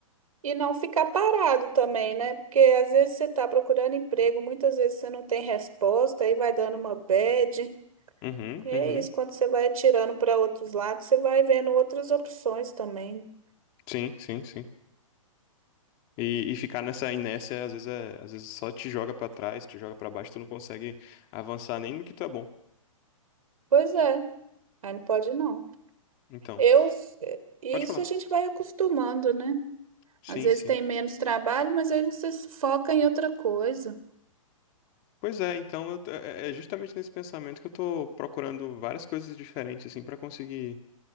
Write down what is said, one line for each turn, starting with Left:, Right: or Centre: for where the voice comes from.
Right: E não ficar parado também, né? Porque às vezes você está procurando emprego, muitas vezes você não tem resposta, aí vai dando uma bad.
Left: Uhum,
Right: E é
Left: uhum.
Right: isso, quando você vai atirando para outros lados, você vai vendo outras opções também.
Left: Sim, sim, sim. E, e ficar nessa inércia, às vezes, é, às vezes só te joga para trás, te joga para baixo, tu não consegue avançar nem no que tu é bom.
Right: Pois é, aí não pode não.
Left: Então,
Right: Eu, isso
Left: pode falar.
Right: a gente vai acostumando, né?
Left: Sim,
Right: Às vezes
Left: sim.
Right: tem menos trabalho, mas aí você se foca em outra coisa.
Left: Pois é, então eu t- é é é justamente nesse pensamento que eu tô procurando várias coisas diferentes, assim, para conseguir.